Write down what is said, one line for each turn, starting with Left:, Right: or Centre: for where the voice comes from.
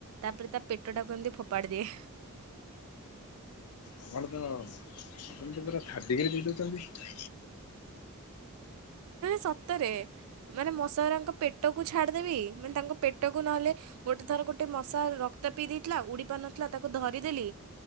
Right: ତା'ପରେ ତା ପେଟଟା କୁ ଏମିତି ଫୋପାଡି ଦିଏ।
Left: ଆପଣ ତ ଆପଣ ତ ପୁରା ଥାର୍ଡ଼ଡିଗ୍ରୀ ଦେଇ ଦଉଛନ୍ତି।
Right: ସତରେ, ମାନେ ମଶା ଗୁରାଙ୍କ ପେଟକୁ ଛାଡ଼ିଦେବି। ମାନେ ତାଙ୍କ ପେଟକୁ ନହଲେ ଗୋଟେ ଥର ମଶାର ରକ୍ କ୍ତ ପିଇ ଦେଇଥିଲା। ଉଡି ପାରୁନଥିଲା ତାକୁ ଧରିଦେଲି